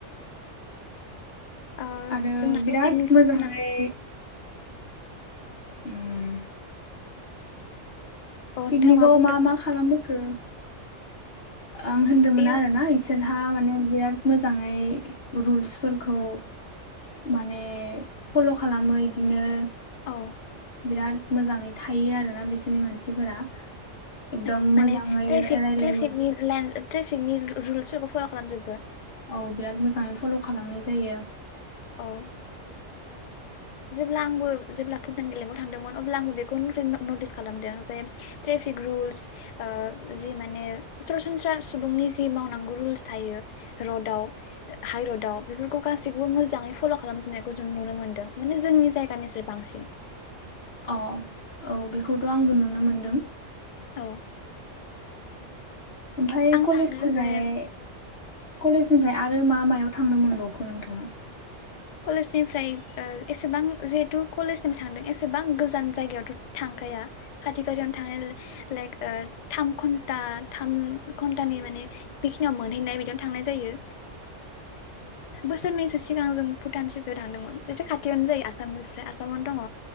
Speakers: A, on the left (about 85°); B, on the left (about 55°).
A: ओ
B: आरो
A: जोंनाथ'
B: बिराद
A: पिकनिकसोमोन
B: मोजाङै
A: ना
B: उम
A: औ
B: पिकनिकआव
A: नोंथाङा बुंदोंमोन
B: मा मा खालामबोखो। आं होन्दोंमोन
A: बेयो
B: आरो ना इसोरना था माने बिराद मोजाङै रुल्सफोरखौ माने फल' खालामो इदिनो
A: औ
B: बिराद मोजाङै थायो आरोना बिसोरनि मानसिफोरा एकदम
A: औ
B: मोजाङै
A: माने ट्रापिक
B: रायलायो
A: ट्रापिक नि ला ट्रपिक रुल्सफोरखौ फल' खालामजोबो
B: औ बिराद मोजाङै फल' खालामनाय जायो।
A: औ। जेब्ला आंबो जेब्ला फुटबान गेलेबाव थांदोंमोन अब्ला आंबो बेखौ नटिस खालामदों जे ट्रेफिक रुल्स जि माने सरासनस्रा सुबुंनि जि मावनांगौ रुल्स थायो रडाव हाइरडाव बेफोरखौ गासैखौबो मोजाङै फल' खालामजोबनायखौ जों नुनो मोन्दों। माने जोंनि जायगानिसो बांसिन
B: अ। औ बेखौथ' आंबो नुनो मोनदों। <inaudible>
A: औ।
B: ओमफाय
A: आं
B: कलेजखौ
A: सानो
B: हाय।
A: जे
B: कलेजनिफ्राय आरो मा मा। याव थांनो मोनबावखो नोंथाङा।
A: कलेजनिफ्राय एसेबां जिहेतु कलेज सिम थांदों एसेबां गोजान जायगायावथ' थांखाया खाथि खाथियावनो थांनाय लाइक थाम घन्टा थाम घन्टानि माने बेखिनियाव मोनहैनाय बिदियावनो थांनाय जायो। बोसोरनैसो सिगां जों भुटान स थांदोंमोन एसे खाथियावनो जायो आसामनिफ्राय आसामावनो दङ